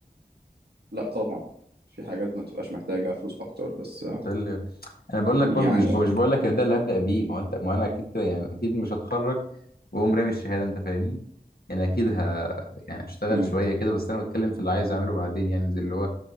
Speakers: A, on the right; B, on the left.
A: لا طبعا في حاجات ما بتبقاش محتاجة فلوس اكتر بس آه،
B: ده اللي انا بقول لك برضو
A: يعني
B: مش بقول- مش بقول لك ان ده اللي هبدا بيه ما هو انت ما انا اكيد كده يعني اكيد مش هتخرج واقوم رامي الشهاده انت فاهمني يعني اكيد ه يعني اشتغل
A: مم.
B: شويه كده بس انا بتكلم في اللي عايز اعمله بعدين يعني زي اللي هو